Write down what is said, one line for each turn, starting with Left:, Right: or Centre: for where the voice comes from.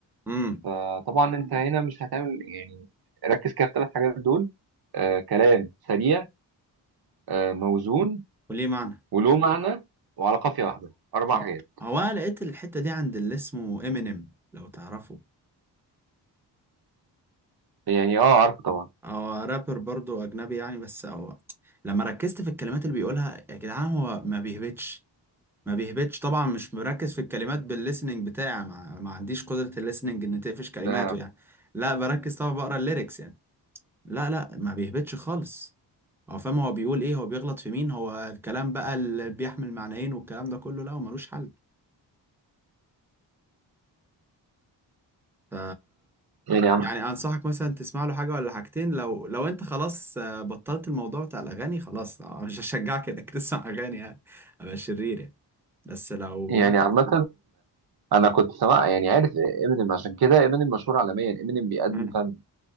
Centre: امم
Right: فطبعا انت هنا مش هتعمل يعني ركز كده في الثلاث حاجات دول آه كلام سريع آه موزون
Centre: وليه معنى
Right: وله معنى وعلى قافيه واحده اربع
Centre: اه
Right: حاجات
Centre: هو أنا لقيت الحته دي عند اللي اسمه امينيم لو تعرفه
Right: يعني اه عارفه طبعا
Centre: هو رابر برضو اجنبي يعني بس هو لما ركزت في الكلمات اللي بيقولها يا جدعان هو ما بيهبطش ما بيهبطش طبعا مش مركز في الكلمات بالليسننج بتاعي ما, ما عنديش قدرة الليسننج ان تقفش كلماته
Right: ده
Centre: يعني لا بركز طبعا بقرا الليركس يعني لا لا ما بيهبطش خالص هو فاهم هو بيقول ايه هو بيغلط في مين هو الكلام بقى اللي بيحمل معنيين والكلام ده كله لا هو ملوش حل ف
Right: يعني
Centre: يعني انصحك مثلا تسمع له حاجه ولا حاجتين لو لو انت خلاص آه، بطلت الموضوع بتاع الاغاني خلاص آه، مش هشجعك انك <laughs> تسمع اغاني يعني ابقى شرير يعني بس لو
Right: يعني
Centre: انت
Right: عامة أنا كنت سمع يعني عارف إمينيم عشان كده إمينيم مشهور عالميا إمينيم بيقدم
Centre: مم.
Right: فن